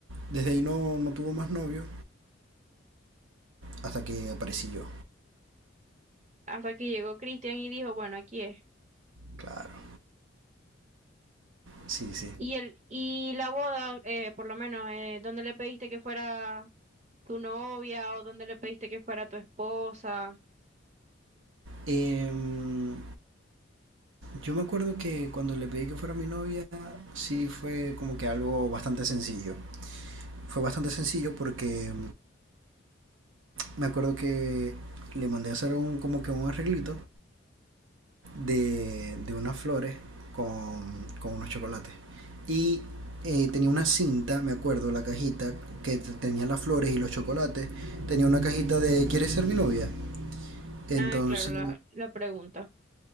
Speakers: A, on the right; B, on the right.
A: desde ahí no, no tuvo más novio hasta que aparecí yo.
B: hasta que llegó Cristian y dijo, bueno, aquí es.
A: Claro, sí, sí.
B: Y el y la boda, eh, por lo menos, eh, ¿dónde le pediste que fuera tu novia o dónde le pediste que fuera tu esposa?
A: Em, Yo me acuerdo que cuando le pedí que fuera mi novia, sí fue como que algo bastante sencillo. Fue bastante sencillo porque me acuerdo que le mandé a hacer un, como que un arreglito de, de unas flores con, con unos chocolates. Y eh, tenía una cinta, me acuerdo, la cajita que t- tenía las flores y los chocolates. Tenía una cajita de ¿Quieres ser mi novia? Entonces,
B: Ah, claro, la, la pregunta.